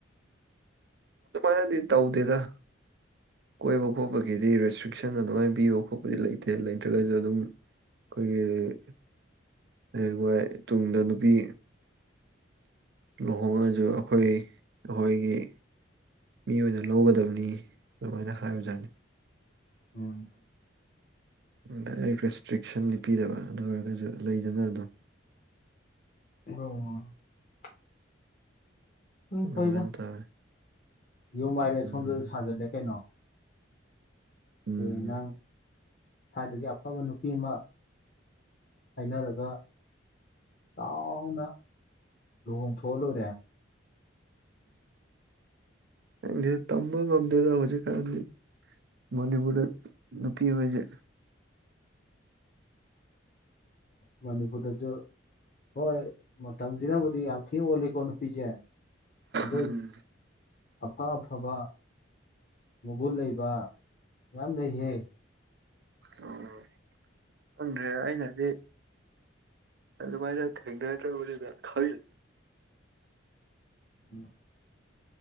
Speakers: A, on the right; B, on the left.
A: ꯑꯗꯨꯃꯅꯗꯤ ꯇꯧꯗꯦꯗ ꯀꯣꯏꯕ ꯈꯣꯠꯄꯒꯤꯗꯤ ꯔꯦꯁꯇ꯭ꯔꯤꯛ ꯇꯁꯟ ꯑꯗꯨꯃꯥꯏꯅ ꯄꯤꯕ ꯈꯣꯠꯄꯗꯤ ꯂꯩꯇꯦ ꯂꯩꯇ꯭ꯔꯒꯁꯨ ꯑꯗꯨꯝ ꯑꯩꯈꯣꯏꯒꯤ ꯍ ꯍꯏ ꯇꯨꯡꯗ ꯅꯨꯄꯤ ꯂꯨꯍꯣꯡꯉꯁꯨ ꯑꯩꯈꯣꯏ ꯑꯩꯈꯣꯏꯒꯤ ꯃꯤ ꯑꯣꯏꯅ ꯂꯧꯒꯗꯕꯅꯤ ꯑꯗꯨꯃꯥꯏꯅ ꯍꯥꯏꯕꯖꯥꯠꯅꯤ
B: ꯎꯝ
A: ꯗꯥꯏꯔꯦꯛ ꯔꯦꯁꯇ꯭ꯔꯤꯛꯁꯟ ꯂꯤꯞꯄꯤꯗꯕ ꯑꯗꯨ ꯑꯣꯏꯔꯒꯁꯨ ꯂꯩꯗꯅ ꯑꯗꯨꯝ <inaudible>
B: ꯑꯣ ꯑ
A: ꯑꯗꯨꯃꯥꯏꯅ
B: ꯐꯣꯏꯗ
A: ꯇꯧꯋꯦ
B: ꯌꯨꯝ ꯃꯥꯏꯔꯦ
A: ꯎꯝ
B: ꯁꯣꯝꯗ ꯁꯥꯖꯠꯂꯦ ꯀꯩꯅꯣ
A: ꯎꯝ
B: ꯍꯌꯦꯡ ꯅꯪ ꯁ꯭ꯋꯥꯏꯗꯒꯤ ꯑꯐꯕ ꯅꯨꯄꯤ ꯑꯃ ꯍꯥꯏꯅꯔꯒ ꯆꯥꯎꯅ ꯂꯨꯍꯣꯡꯊꯣꯛꯍ ꯂꯣꯏꯔꯦ
A: ꯎꯝ ꯇꯝꯕꯨ ꯉꯗꯗ ꯍꯧꯖꯤꯦ ꯀꯗꯤ ꯃꯅꯤꯕꯨꯨꯔ ꯅꯄꯤ ꯑꯣꯏꯁ
B: ꯃꯅꯤꯄꯨꯔꯨꯔꯁꯨ ꯍꯣꯏ ꯃꯇꯝꯁꯤꯅꯕꯨꯗꯤ ꯌꯥꯝ ꯊꯤꯅ ꯑꯣꯜꯂꯤꯀꯣ ꯅꯨꯄꯤꯁꯦ ꯑꯗ
A: ꯎꯝ
B: ꯑꯄꯥ ꯑꯐꯕ ꯃꯒꯨꯟ ꯂꯩꯕ ꯌꯥꯝ ꯂꯩꯍꯦꯛ
A: ꯑꯣ ꯈꯪꯗ꯭ꯔꯦ ꯑꯩꯅꯗꯤ ꯆ ꯃꯥꯥꯏꯔ ꯊꯦꯡꯗꯥ ꯋꯥꯔꯤꯗ ꯈ
B: ꯎꯝ